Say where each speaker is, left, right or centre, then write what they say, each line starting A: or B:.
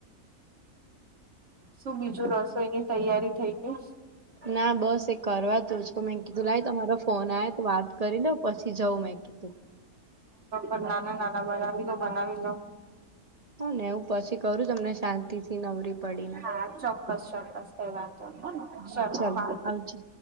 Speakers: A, on the right; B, on the right.
A: શું બીજું રસોઈની તૈયારી થઇ ગઈ?
B: ના બસ એ કરવા તું જ મેં કીધું લાવ તમારો ફોન આવ તો વાત કરી લઉ પછી જઉં મેં કીધું
A: ર નાના નાના બનાવી લો બનાવી લો
B: હ ને એવું પછી કરું તમને શાંત થી નવરી પડીને
A: હા ચોક્કસ ચોક્કસ કઈ વાંધો નહી
B: હને
A: ચલો
B: ચાલો
A: હા
B: આવજો